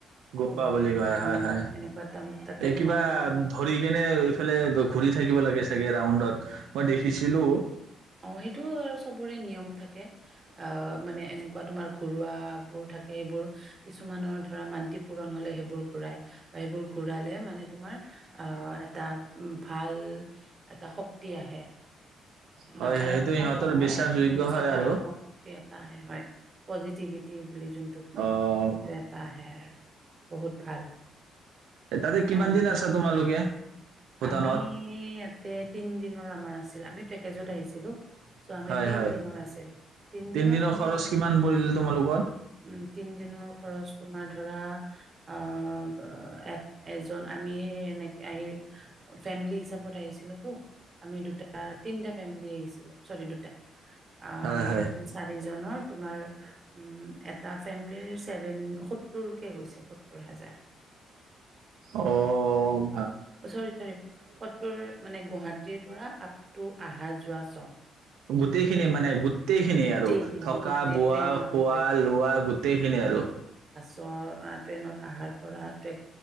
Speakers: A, on the right; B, on the right.
A: গুম্বা
B: ত'
A: বুলি
B: সেনে
A: কয়
B: উম
A: হয়, হয়
B: সেনেকুৱা তাৰ তাতে
A: এই
B: তোমালোকৰ
A: কিবা ধৰি কেনে এইফালে ঘূৰি থাকিব লাগে চাগে ৰাউডত মই দেখিছিলো।
B: অ', সেইটো আৰু চবৰে নিয়ম থাকে। অ মানে এনেকুৱা তোমাৰ ঘৰুৱা বোৰ থাকে, সেইবোৰ কিছুমানৰ ধৰা মান্তি পূৰণ হলে, সেইবোৰ ঘূৰাই বা সেইবোৰ ঘূৰালে মানে তোমাৰ আহ এটা ভাল এটা শক্তি আহে।
A: হয়
B: নাকাৰাত্মক
A: সেইটো সিহঁতৰ
B: নহয়,
A: বিশ্বাসযোগ্য
B: মানে
A: হয়
B: চাকাৰাত্মক
A: আৰু
B: শক্তি এটা আহে। হয়, পজিটিভিটি বুলি যোনটো কয়,
A: অ'
B: সেইটো এটা আহে আৰু। বহুত ভাল।
A: এ, তাতে কিমান
B: তেওঁলোকে,
A: দিন আছা তোমালোকে ভূটানত
B: আমি ইয়াতে তিন দিনৰ আমাৰ আছে। <unintelligible> কেজত আহিছিলোঁ। চ' আমি
A: হয়
B: তিনদিনৰ
A: হয়
B: আছিল। তিন
A: তিনদিনৰ
B: দিনত আমি
A: খৰচ
B: ধৰা
A: কিমান
B: উম,
A: পৰিল তোমালোকৰ
B: উম, তিন দিনৰ খৰচ তোমাৰ ধৰা। অঁ! অ' এজন আমি, এনেকে আহি ফেমিলি হিচাপত আহিছিলো তো, আমি দুটাত তিনিটা ফেমিলি আহিছিলোঁ। চৰি, দুটা। অ',
A: হয়
B: দুটা
A: হয়
B: চাৰিজনৰ তোমাৰ উ এটা। তাৰ ফেমিলিৰ ছেভেন সত্তৰকে গৈছে সত্তৰ হাজাৰ।
A: অঁ!
B: চৰি, চৰি, সত্তৰ মানে গুৱাহাটীৰ পৰা আপ, টু আহা-যোৱা চব।
A: গোটেইখিনি মানে, গোত্তেইখিনি
B: গোটেইখিনি
A: আৰু থকা-বোৱা
B: গোটেই ট্ৰেইনত
A: খোৱা-লোৱা
B: হয়
A: গোটেইখিনি আৰু।
B: অ', ট্ৰেইনত আহাৰ পৰা ট্ৰে,